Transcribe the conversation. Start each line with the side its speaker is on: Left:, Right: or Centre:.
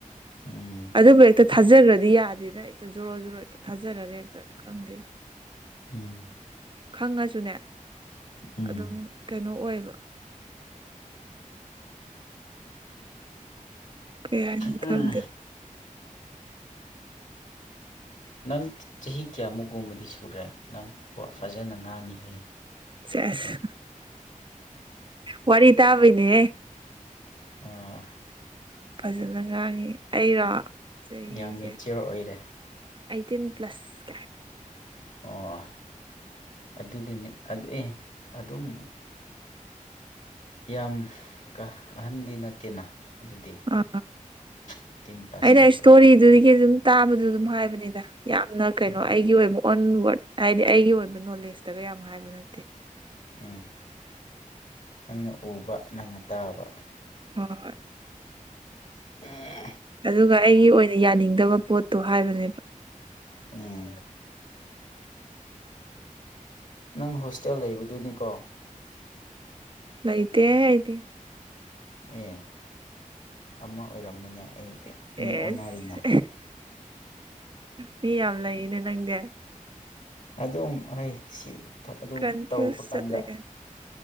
Left: ꯎꯝ
Right: ꯑꯗꯨꯕꯨ ꯍꯦꯛꯇ ꯊꯥꯖꯈ꯭ꯔꯗꯤ ꯌꯥꯗꯦꯗ ꯍꯦꯛꯇ ꯖꯣꯔꯣ ꯖꯣꯔꯣ ꯍꯦꯛꯇ ꯊꯥꯖꯔꯒ ꯍꯦꯛꯇ ꯈꯪꯗꯦ
Left: ꯎꯝ
Right: ꯈꯪꯉꯁꯨꯅꯦ
Left: ꯎꯝ
Right: ꯑꯗꯨꯝ ꯀꯩꯅꯣ ꯑꯣꯏꯕ ꯀꯌꯥ
Left: ꯎꯝ
Right: ꯈꯗꯅꯤ
Left: ꯅꯪ ꯆꯍꯤ ꯀꯌꯥꯃꯨꯛꯒꯨꯝꯕꯗꯤ ꯁꯨꯔꯦ ꯅꯪ ꯐꯖꯅ ꯉꯥꯡꯉꯤꯍꯦ
Right: ꯆꯁ ꯋꯥꯔꯤ ꯇꯥꯕꯅꯦ
Left: ꯑꯥ
Right: ꯐꯖꯅ ꯉꯥꯡꯉꯤ ꯑꯩꯔꯣ ꯆꯍꯤꯁꯦ
Left: ꯌꯥꯝ ꯃꯦꯆꯤꯌꯣꯔ ꯑꯣꯏꯔꯦ
Right: ꯑꯩꯠꯇꯤꯟ ꯄ꯭ꯂꯁ ꯀꯥꯏ
Left: ꯑꯣ ꯑꯗꯨꯗꯤꯅꯦ ꯑꯦ ꯑꯗꯨꯝ ꯌꯥꯝ ꯑꯍꯟꯗꯤ ꯅꯠꯇꯦꯅ ꯑꯗꯨꯗꯤ
Right: ꯑ
Left: ꯑꯩꯠꯇꯤꯟ ꯄ꯭ꯂꯁ
Right: ꯑꯩꯅ
Left: ꯑꯣꯏꯔꯗꯤ
Right: ꯁꯇꯣꯔꯤ ꯑꯗꯨꯝ ꯇꯥꯕꯗꯨ ꯑꯗꯨꯝ ꯍꯥꯏꯕꯅꯤꯗ ꯌꯥꯝꯅ ꯀꯩꯅꯣ
Left: ꯑꯣ
Right: ꯑꯩꯒꯤ ꯑꯣꯏꯕ ꯑꯣꯟ ꯋꯥꯔꯗ ꯍꯥꯏꯗꯤ ꯑꯩꯒꯤ ꯑꯣꯏꯕ ꯅꯣꯂꯦꯖꯇꯒ ꯌꯥꯝ ꯍꯥꯏꯕ ꯅꯠꯇꯦ
Left: ꯎꯝ ꯅꯪꯅ ꯎꯕ ꯅꯪꯅ ꯇꯥꯕ
Right: ꯍꯣꯏ
Left: ꯑ
Right: ꯑꯗꯨꯒ ꯑꯩꯒꯤ ꯑꯣꯏꯅ ꯌꯥꯅꯤꯡꯗꯕ ꯄꯣꯠꯇꯣ ꯍꯥꯏꯕꯅꯦꯕ
Left: ꯎꯝ ꯅꯪ ꯍꯣꯁꯇꯦꯜ ꯂꯩꯕꯗꯨꯅꯤꯀꯣ
Right: ꯂꯩꯥꯏꯇꯦ ꯍꯥꯏꯗꯤ
Left: ꯑꯦ ꯑꯃ ꯑꯣꯏꯔꯝꯃꯤꯅꯦ ꯑꯩ
Right: ꯑꯦꯁ
Left: ꯃꯤ ꯑꯣꯟꯅꯔꯤꯅꯦ
Right: ꯃꯤ ꯌꯥꯝ ꯂꯩꯅꯦ ꯅꯪꯗꯤ
Left: ꯑꯗꯨꯝ ꯍꯣꯏ ꯁꯤ ꯑꯗꯨꯝ
Right: ꯀꯟꯐ꯭ꯌꯨꯁ
Left: ꯇꯧꯕ ꯀꯥꯟꯗ
Right: ꯆꯠꯂꯒ